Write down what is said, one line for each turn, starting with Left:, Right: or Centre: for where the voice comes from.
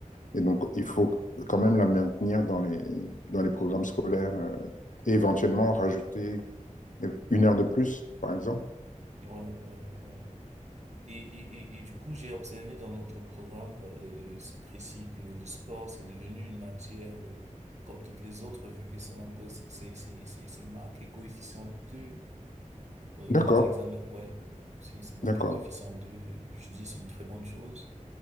Left: et donc il faut quand même la maintenir dans les, dans les programmes scolaires euh, et éventuellement rajouter une heure de plus, par exemple.
Right: Ouais, ouais, ouais. Et, et, et, et du coup, j'ai observé dans notre programme euh, euh, précis que le sport, c'est devenu une matière euh, comme toutes les autres, vu que c'est en coeffi- c'est c'est c'est c'est marqué coefficient 2 euh,
Left: D'accord,
Right: dans les examens. Ouais, c'est c'est marqué
Left: d'accord.
Right: coefficient deux Je dis, c'est une très bonne chose.